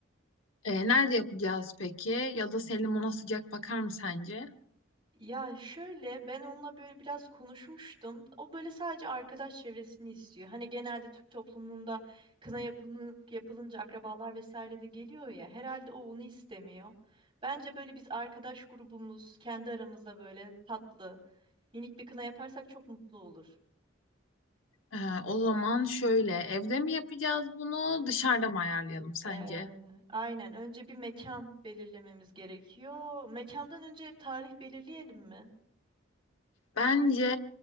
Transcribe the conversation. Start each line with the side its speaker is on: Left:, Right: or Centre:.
Left: Ee, nerede yapacağız peki? Ya da Selim ona sıcak bakar mı sence?
Right: Ya şöyle ben onunla böyle biraz konuşmuştum. O böyle sadece arkadaş çevresini istiyor. Hani genelde Türk toplumunda kına yapılın, yapılınca akrabalar vesaire de geliyor ya. Herhalde o onu istemiyor. Bence böyle biz arkadaş grubumuz kendi aramızda böyle tatlı, minik bir kına yaparsak çok mutlu olur.
Left: Ee, o zaman şöyle evde mi yapacağız bunu dışarıda mı ayarlayalım sence?
Right: Ee, aynen önce bir mekan belirlememiz gerekiyor. Mekandan önce tarih belirleyelim mi?
Left: Bence
Right: Kesin.